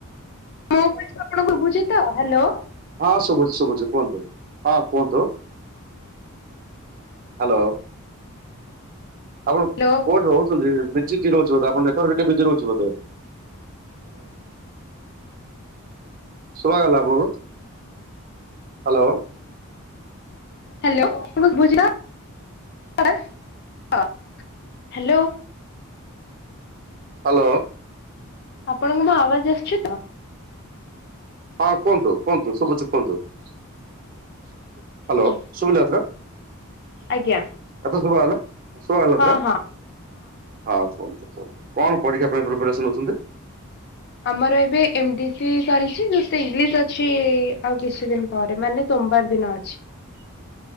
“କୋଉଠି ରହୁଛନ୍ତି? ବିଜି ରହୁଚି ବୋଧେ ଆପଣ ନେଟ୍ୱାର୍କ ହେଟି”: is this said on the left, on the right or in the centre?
Right